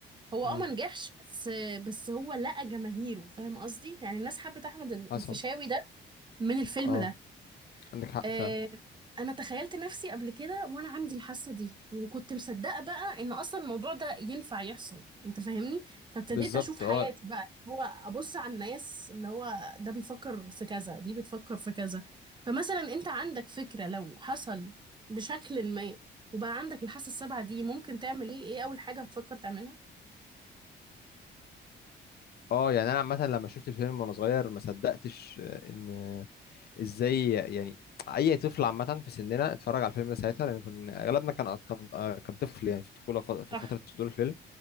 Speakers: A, on the right; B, on the left.
A: هو
B: امم
A: اه ما نجحش بس بس هو لقى جماهيره فاهم قصدي يعني الناس حبت احمد الفيشاوي
B: حصل
A: ده من الفيلم
B: اه
A: ده
B: عندك حق
A: آه،
B: فعلا
A: انا تخيلت نفسي قبل كده وانا عندي الحاسه دي وكنت مصدقه بقى ان اصلا الموضوع ده ينفع يحصل انت فاهمني فابتديت
B: بالظبط
A: اشوف حياتي
B: اه
A: بقى اللي هو ابص على الناس اللي هو ده بيفكر في كذا دي بتفكر في كذا فمثلا انت عندك فكره لو حصل بشكل ما وبقى عندك الحاسه السابعه دي ممكن تعمل ايه ايه اول حاجه هتفكر تعملها
B: اه يعني انا عامه لما شفت الفيلم وانا صغير ما صدقتش آه، ان ازاي يعني اي طفل عامه في سننا اتفرج على الفيلم ده ساعتها لان كنا اغلبنا كان كان آه، كان طفل يعني في الطفوله ف- في
A: صح
B: فتره صدور الفيلم